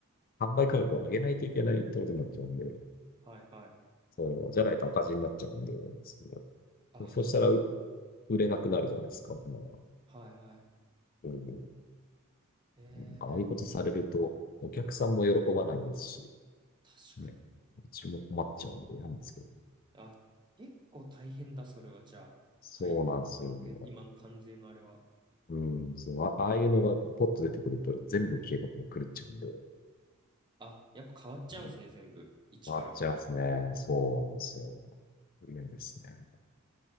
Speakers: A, on the left (about 40°); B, on the right (about 20°).
A: 販売価格を上げないといけないってことになっちゃうんで、
B: はいはい。
A: そう、じゃないと赤字になっちゃうんで、そ
B: ああ、
A: うそうしたらう
B: そ
A: 売れなくなるじゃないですか。う
B: はいはい。
A: ん、
B: ええ、
A: なんかああいうことされると、お客さんも喜ばないですし、
B: 確かに。
A: ね、うちも困っちゃうんで嫌なんですけど。
B: あ、結構大変だ、それは。じゃあ、
A: そうなんですよね。
B: 大関税、今の関税のあれは。
A: うん、そう、あ、ああいうのがポッと出てくると全部計画が狂っちゃうんで、う
B: あ、やっぱ変わっちゃうんですね、
A: ん
B: 全部。一から。
A: 回っちゃいますね。そうなんですよ。嫌ですね。